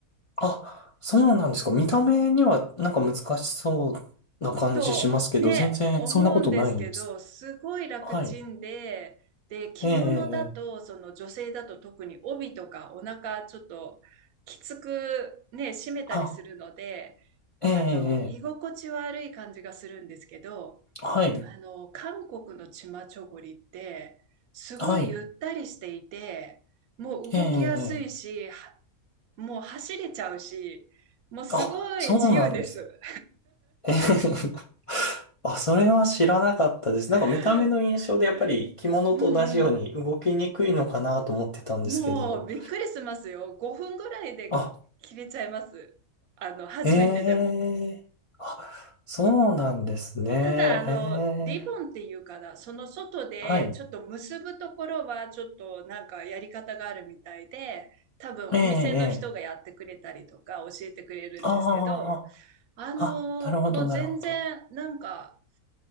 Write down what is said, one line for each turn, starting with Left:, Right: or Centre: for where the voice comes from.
Left: あ、そうなんですか。見た目にはなんか難しそうな感じしますけど、
Right: とね、
Left: 全然そんなことないんです。
Right: 思うんですけど、すごい楽ちんで、
Left: はい。
Right: で、着物だと、
Left: ええ、ええ。ええ
Right: その女性だと特に帯とかお腹ちょっときつくね、締めたりするので、
Left: あ、ええ、
Right: あの、
Left: ええ。
Right: 居心地悪い感じがするんですけど、
Left: ええはい。
Right: あの、韓国のチマチョゴリって、すごいゆったりしていて、
Left: はい。
Right: もう動きやすいし、
Left: ええ、ええ。
Right: はもう走れちゃうし、もうすごい自由です。
Left: あ、そうなんです。ええあ、それは知らなかったです。なんか見た目の印象でやっぱり着物と同じように動きにくいのかなと思ってたんですけど。
Right: <laughs> うんうん。もうびっくりしますよ。5分ぐらいで切れちゃいます。
Left: あ、
Right: あの、初めてでも。
Left: ええあ、そうなんですね。
Right: ただ、あの、
Left: ええ
Right: リボンっていうかな、その外でちょっと結ぶところはちょっとなんかやり方があるみたいで、
Left: はい。
Right: 多分お店の人がやってくれたりとか教えてくれるんですけど、
Left: ええええあ
Right: あの、
Left: あ、あ、なるほど、
Right: もう全然なんか、
Left: なるほど。